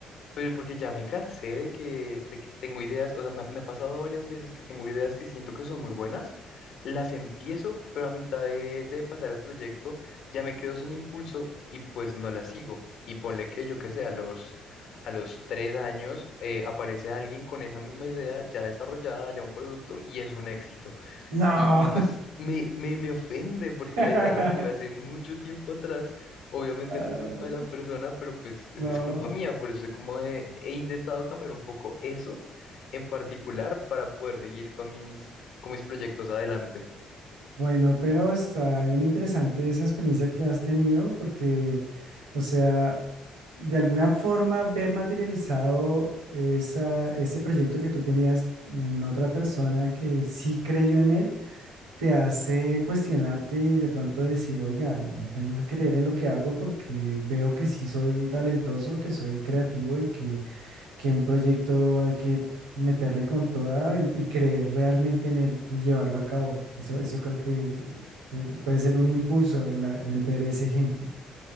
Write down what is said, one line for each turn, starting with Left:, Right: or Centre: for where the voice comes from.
Left: Pero porque ya me cansé de que, de que tengo ideas, o sea, me, ha me ha pasado varias veces que tengo ideas que siento que son muy buenas, las empiezo, pero a mitad de, de empezar el proyecto ya me quedo sin impulso y pues no las sigo. Y ponle que yo que sé, a los, a los tres años eh, aparece alguien con esa misma idea ya desarrollada, ya un producto y es un éxito.
Right: No.
Left: Y, y pues me, me, me ofende porque
Right: <laughs>
Left: la idea la tuve hace mucho tiempo atrás. Obviamente
Right: Ah,
Left: no es culpa de la persona, pero pues es,
Right: no.
Left: es culpa mía. Por eso es como he, he intentado cambiar un poco eso en particular para poder seguir con mis, con mis proyectos adelante.
Right: Bueno, pero está bien interesante esa experiencia que has tenido porque, o sea, de alguna forma ver materializado esa, ese proyecto que tú tenías en otra persona que sí creyó en él te hace cuestionarte y de pronto decir, oiga, no tengo que creer en lo que hago porque veo que sí soy talentoso, que soy creativo y que, que un proyecto hay que meterle con toda y, y creer realmente en él y llevarlo a cabo. Eso, eso creo que eh, puede ser un impulso el, a- el ver ese ejemplo.